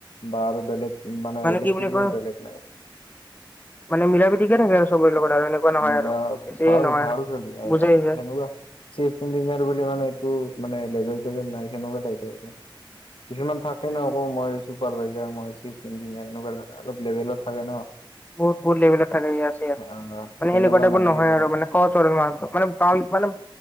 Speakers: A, on the left; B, on the left.
A: বা আৰু বেলেগ মানে ইলেক্ট্ৰিকেলৰ
B: কি বুলি কয়
A: বেলেগ নাই
B: মানে মিলা প্ৰীতিকে থাকে আৰু চবৰে লগত আৰু এনেকুৱা নহয়
A: মিলা
B: আৰু বেছি
A: ভাল
B: নহয়
A: ভাল
B: আৰু
A: সেনেকুৱা
B: বুজাই যায়
A: চিফ ইঞ্জিনিয়াৰ বুলি মানে এক মে লেভেল চেভেল নাই সেনেকুৱা টাইপ আৰু কিছুমান থাকে
B: উম
A: ন আকৌ মই চুপাৰভাইজাৰ মই চিফ ইঞ্জিনিয়াৰ এনেকুৱা অলপ লেভেলত থাকে ন
B: বহুত বহুত লেভেল থাকে আছোৰ মানে
A: আহ সেনেকুৱা
B: এনেকুৱা টাইপৰ
A: নাই
B: নহয়
A: সেনেকুৱা
B: আৰু
A: নাই।
B: মানে খৰচ হয় ম মানে মানে